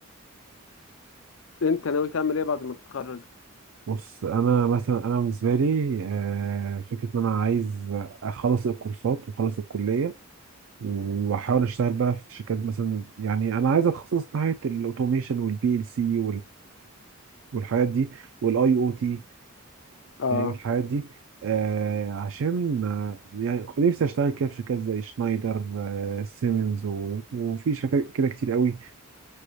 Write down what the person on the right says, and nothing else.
بص انا مثلا انا بالنسبه لي آه، فكره ان انا عايز اخلص الكورسات واخلص الكليه واحاول اشتغل بقى في شركات مثلا يعني انا عايز اتخصص ناحيه الاوتوميشن والبي ال سي والحاجات دي والاي او تي
الحاجات دي آه عشان آه، يعني نفسي اشتغل كده في شركات زي شنايدر آه سيمنز و- وفي شركات كده كتير قوي